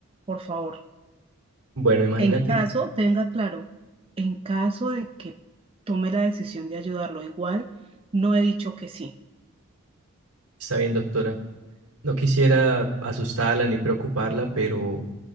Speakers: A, on the right; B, on the right.
A: por favor.
B: Bueno, imagínate,
A: En caso, tenga claro, en caso de que tome la decisión de ayudarlo, igual no he dicho que sí.
B: está bien, doctora. No quisiera asustarla ni preocuparla, pero